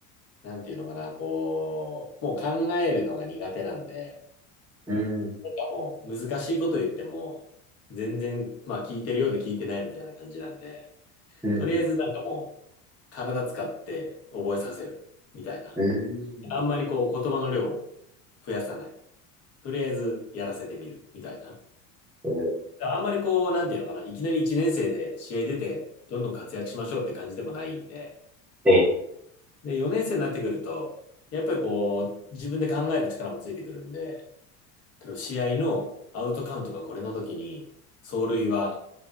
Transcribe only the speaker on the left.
なんていうのかな、こう、もう考えるのが苦手なんで、
なんかもう難しいこと言っても、全然、まあ聞いてるようで聞いてないみたいな感じなんで、
とりあえずなんかもう体使って覚えさせるみたいな。
あんまりこう言葉の量を増やさない。とりあえずやらせてみるみたいな。
あんまりこう、なんていうのかな、いきなり1年生で試合出て、どんどん活躍しましょうって感じでもないんで、
で、4年生になってくると、やっぱりこう、自分で考える力もついてくるんで、例えば試合のアウトカウントがこれの時に、走塁は